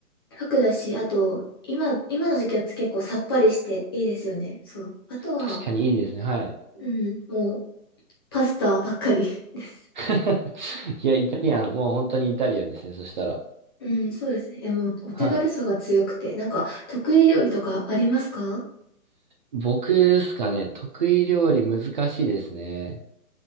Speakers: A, on the left; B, on the right.
A: 楽だし、あと、今、今の時期は結構さっぱりしていいですよね。そう。あとは、
B: 確かにいいですね。はい。
A: うん、もう、パスタばっかりです。
B: <laughs> いや、イタリアン、もう本当にイタリアンですね。そしたら。
A: <laughs> うん、そうですね。いや、もう、お手軽さが強くて、
B: はい。
A: なんか、得意料理とかありますか
B: 僕ですかね。得意料理難しいですね。